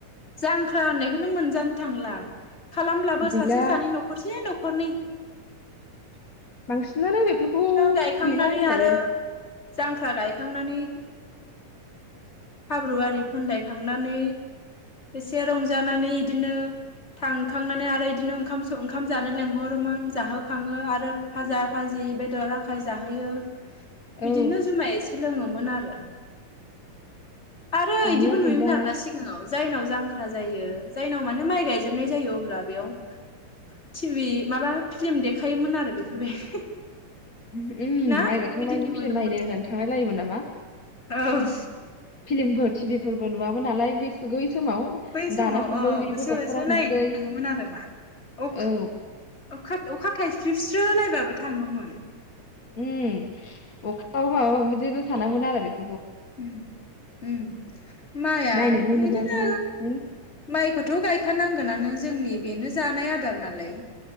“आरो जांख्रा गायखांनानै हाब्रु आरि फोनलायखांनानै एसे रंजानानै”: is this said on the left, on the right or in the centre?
Left